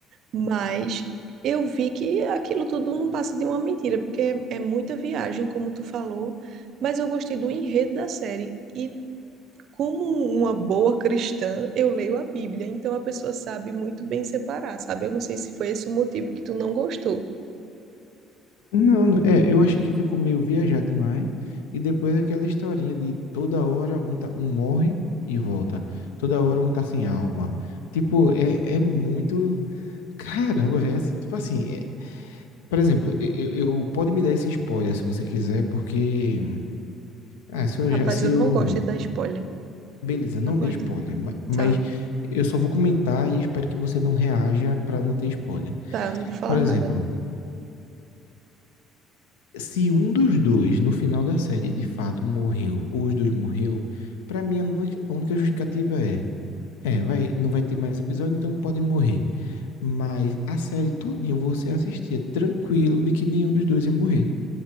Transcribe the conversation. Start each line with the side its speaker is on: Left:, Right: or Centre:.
Right: mas eu vi que aquilo tudo não passa de uma mentira, porque é, é muita viagem, como tu falou, mas eu gostei do enredo da série. E como uma boa cristã, eu leio a Bíblia, então a pessoa sabe muito bem separar, sabe? Eu não sei se foi esse o motivo que tu não gostou.
Left: Não, não- é, eu acho que ficou meio viajado demais. E depois aquela historinha de toda hora um, tá- um morre e volta. Toda hora um tá sem alma. Tipo, é, é muito. Caramba, velho, é assim, tipo assim, é- por exemplo, eu, eu- eu- pode me dar esse spoiler se você quiser, porque, ah, se eu
Right: Rapaz,
Left: já, se
Right: eu
Left: eu,
Right: não gosto de dar spoiler.
Left: beleza, não
Right: Não gosto,
Left: dê spoiler,
Right: né?
Left: ma- mas
Right: Tá,
Left: eu só vou comentar e espero que você não reaja pra não ter spoiler.
Right: tá, eu não vou falar
Left: Por exemplo,
Right: nada.
Left: se um dos dois no final da série de fato morreu, ou os dois morreu, pra mim a única, a única justificativa é, é, vai, não vai ter mais episódio, então podem morrer. Mas a série todinha você assistia tranquilo de que nenhum dos dois ia morrer.